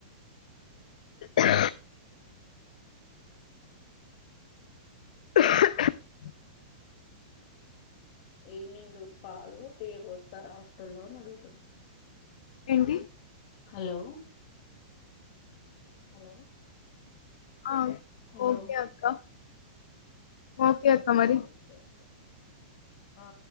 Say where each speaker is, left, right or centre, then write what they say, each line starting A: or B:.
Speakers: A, on the left; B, on the left.
A: ఆ <inaudible>
B: ఈవినింగ్ పాలు టీ పోస్తారా పుట్టల్లో అడుగుతుంది
A: ఏంటి
B: హలో హలో
A: ఆ
B: హలో
A: ఓకే అక్క ఓకే అక్క
B: ఆ
A: మరి
B: ఓకే అక్క ఆ